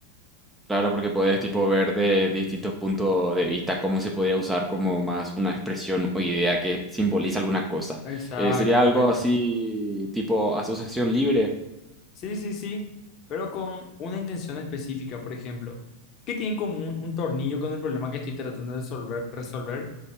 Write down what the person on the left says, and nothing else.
Exacto,
exacto.
Sí, sí, sí, pero con una intención específica, por ejemplo, ¿qué tiene en común un tornillo con el problema que estoy tratando de resolver? resolver?